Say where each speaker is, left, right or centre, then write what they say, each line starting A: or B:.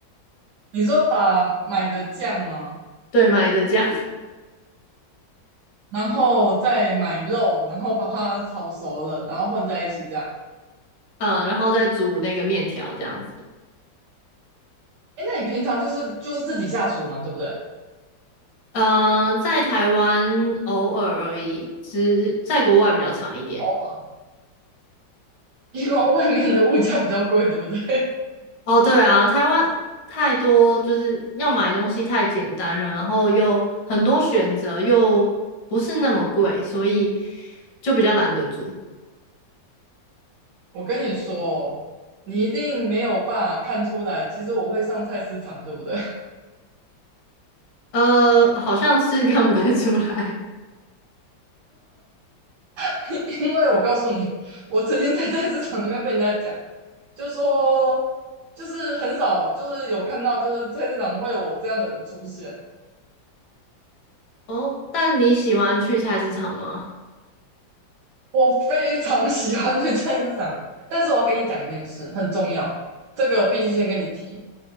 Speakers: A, on the right; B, on the left.
A: 你说把买的酱吗？
B: 对，买的酱，
A: 然后再买肉，然后把它炒熟了，然后混在一起这样。
B: 嗯，然后再煮那个面条这样子。
A: 哎，那你平常就是就是自己下厨嘛，对不对？
B: 呃，在台湾偶尔而已，只在国外比较长一点。
A: 偶尔，<laughs> 因为外面的物价比较贵，对不对？
B: 哦，对啊，台湾太多，就是要买东西太简单了，然后又很多选择，又不是那么贵，所以就比较懒得煮。
A: <laughs> 我跟你说哦，你一定没有办法看出来，其实我会上菜市场，对不对？
B: 呃，好像是 <laughs> 看不太出来
A: <laughs> 因为我告诉你，我曾经在菜市场里面被人家讲，就说就是很少，就是有看到，就是菜市场会有我这样的人出现。
B: 哦。但你喜欢去菜市场吗？
A: 我非常喜欢去菜市场，但是我要跟你讲一件事，很重要，这个必须先跟你提。